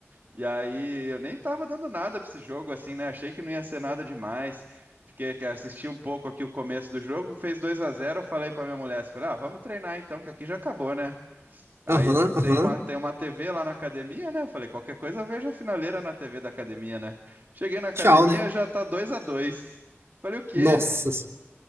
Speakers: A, on the right; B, on the right.
A: E aí eu nem tava dando nada pra esse jogo assim, né? Achei que não ia ser nada demais. Fiquei que assisti um pouco aqui o começo do jogo, fez 2 a zero, eu falei pra minha mulher, assim, falei, ah, vamos treinar então, que aqui já acabou, né? Aí
B: Aham, aham.
A: tem uma, tem uma TV lá na academia, né? Eu falei, qualquer coisa eu vejo a finaleira na TV da academia, né? Cheguei na academia,
B: Tchau, né?
A: já tá dois a dois, Falei, o quê?
B: Nossa.